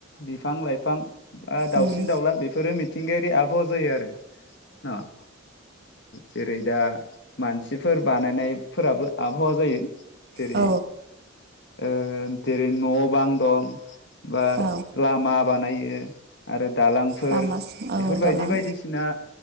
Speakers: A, on the left; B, on the right.
A: बिफां लाइफां बा दाउसिन
B: उम
A: दाउला बेफोरो मि थिंगायारि आबहावा जायो आरो न' औ जेरै दा मानसिफोर बानायनायफोराबो आबहावा जायो। जेरै
B: औ
A: ओ जेरै न' बां दं बा
B: औ
A: लामा बानाय <unintelligible> आरो दालांफोर
B: लामा
A: बेफोर
B: औ
A: बायदि
B: दालां
A: बायदिस आ